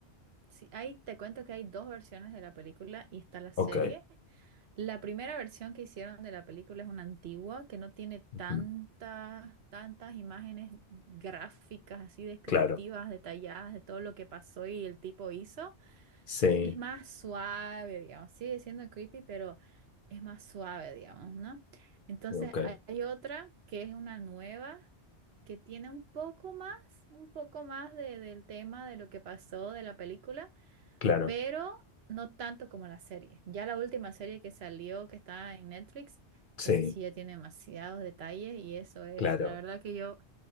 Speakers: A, on the right; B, on the left.
A: sí, ahí te cuento que hay dos versiones de la película y está la serie.
B: Ok,
A: La primera versión que hicieron de la película es una antigua que no tiene
B: ujú,
A: tantas, tantas imágenes gráficas así descriptivas,
B: claro,
A: detalladas de todo lo que pasó y el tipo hizo.
B: sí,
A: es más suave, digamos. Sigue siendo creepy, pero es más suave, digamos, ¿no? Entonces
B: ok,
A: hay hay otra que es una nueva, que tiene un poco más, un poco más de- del tema de lo que pasó de la película,
B: claro,
A: pero no tanto como la serie. Ya la última serie que salió, que está en Netflix,
B: sí,
A: eso sí ya tiene demasiados detalles y eso es,
B: claro.
A: la verdad que yo